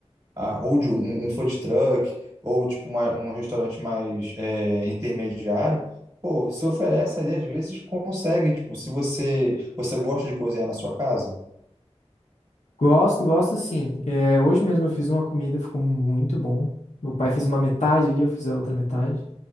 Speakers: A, on the right; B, on the left.
A: ah, ou de um, um food truck, ou tipo uma, um restaurante mais é, intermediário, pô, se oferece ali, às vezes consegue, tipo, se você, você gosta de cozinhar na sua casa,
B: Gosto, gosto sim. É, hoje mesmo eu fiz uma comida, ficou muito bom. Meu pai fez uma metade ali, eu fiz a outra metade.